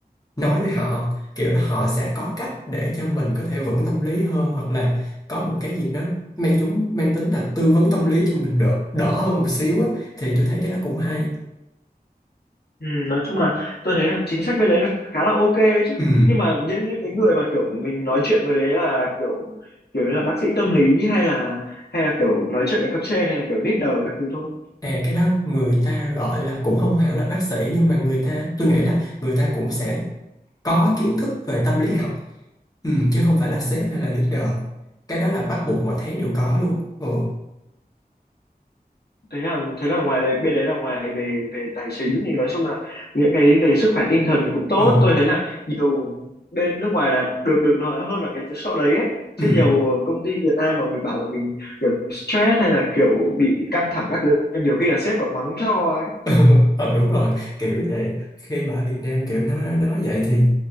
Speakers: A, on the left; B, on the left.
A: nói với họ kiểu là họ sẽ có cách để cho mình có thể vững tâm lý hơn hoặc là có một cái gì nó mang chúng mang tính là tư vấn tâm lý cho mình đỡ đỡ hơn một xíu á thì tôi thấy cái đó cũng hay
B: ừ, nói chung là tôi thấy là chính sách bên đấy là khá là ok ấy chứ
A: ừ
B: nhưng mà những những cái người mà kiểu mình nói chuyện với đấy là kiểu kiểu như là bác sĩ tâm lý hay là hay là kiểu nói chuyện với cấp trên hay là kiểu leader các thứ thôi
A: à cái đó người ta gọi là cũng không hẳn là bác sĩ nhưng mà người ta tôi nghĩ là người ta cũng sẽ có kiến thức về tâm lý học ừ, chứ không phải là sếp hay là leader cái đó là bắt buộc mỗi tháng
B: Ừ.
A: đều có luôn ừ
B: thế là thế là ngoài đấy bên đấy là ngoài về về tài chính thì nói chung là những cái về sức khỏe tinh thần thì cũng tốt
A: ừ
B: tôi thấy là nhiều bên nước ngoài là được được nói hơn là cái chỗ đấy ấy chứ
A: ừ
B: nhiều công ty Việt Nam mà mình bảo là mình kiểu stress hay là kiểu bị căng thẳng các thứ nhiều khi là sếp còn mắng cho ấy
A: <laughs> ờ đúng rồi kiểu vậy khi mà ở Việt Nam kiểu nói nói vậy thì